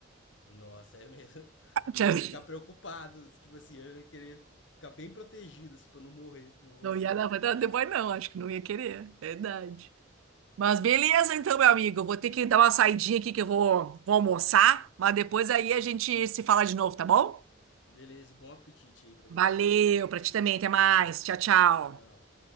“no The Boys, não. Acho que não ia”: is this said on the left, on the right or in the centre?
Right